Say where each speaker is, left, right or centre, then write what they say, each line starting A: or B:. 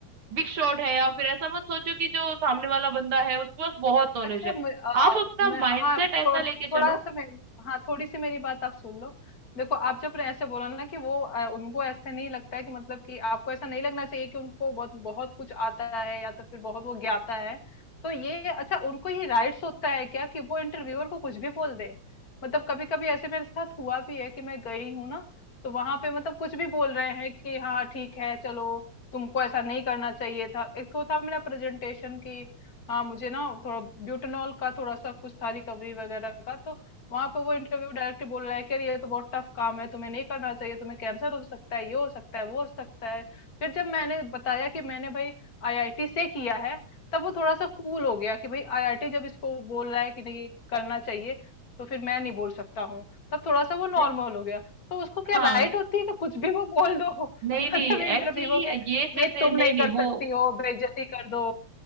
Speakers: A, on the right (about 55°); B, on the left (about 45°).
A: बिग शॉट है या फिर ऐसा मत सोचो कि जो सामने वाला बंदा है उसके पास बहुत नॉलेज
B: अच्छा
A: है
B: मैं, आ,
A: आप अपना
B: मैं
A: माइंडसेट
B: हाँ
A: ऐसा
B: थोड़,
A: लेके
B: थोड़ा
A: चलो
B: सा मैं हाँ थोड़ी सी मेरी बात आप सुन लो देखो आप जब ने ऐसे बोला ना कि वो आ, उनको ऐसे नहीं लगता है कि मतलब कि आपको ऐसा नहीं लगना चाहिए कि उनको बहुत बहुत कुछ आता है या तो फिर बहुत वो ज्ञाता है तो ये अच्छा उनको ये राइट्स होता है क्या कि वो इंटरव्यूअर को कुछ भी बोल दे मतलब कभी कभी ऐसे मेरे साथ हुआ भी है कि मैं गई हूँ ना तो वहां पे मतलब कुछ भी बोल रहे हैं कि हाँ ठीक है चलो तुमको ऐसा नहीं करना चाहिए था एक तो था मेरा प्रेजेंटेशन की हाँ मुझे ना थोड़ा ब्यूटेनॉल का थोड़ा सा कुछ था रिकवरी वगैरह का तो वहां पे वो इंटरव्यू डायरेक्टली बोल रहा है कि अरे ये तो बहुत टफ काम है तुम्हें नहीं करना चाहिए तुम्हें कैंसर हो सकता है ये हो सकता है वो हो सकता है फिर जब मैंने बताया कि मैंने भाई आईआईटी से किया है तब वो थोड़ा सा कूल हो गया कि भाई आईआईटी जब इसको बोल रहा है कि नहीं करना चाहिए तो फिर मैं नहीं बोल सकता हूँ तब थोड़ा सा वो
A: नहीं
B: नॉर्मल हो गया तो उसको क्या
A: हाँ
B: राइट होती है कि कुछ भी वो बोल दो <laughs>
A: नहीं नहीं
B: मतलब इंटरव्यू
A: एक्चुअली
B: के नहीं
A: ये चीजें
B: तुम
A: नहीं
B: नहीं
A: नहीं
B: कर सकती
A: वो
B: हो बेइज्जती कर दो